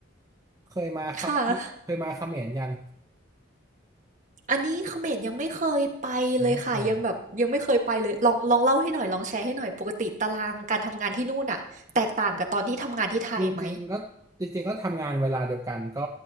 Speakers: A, on the right; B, on the right.
A: เคยมาครับเคยเคยมาเขมรยัง
B: ค่ะอันนี้เขมรยังไม่เคยไปเลยค่ะยังแบบยังไม่เคยไปเลยลองลองเล่าให้หน่อยลองแชร์ให้หน่อยปกติตารางการทำงานที่นู่นน่ะแตกต่างกับตอนที่ทำงานที่ไทยไหม
A: ยังไม่เคย จริงๆก็จริงๆก็ทำงานเวลาเดียวกันก็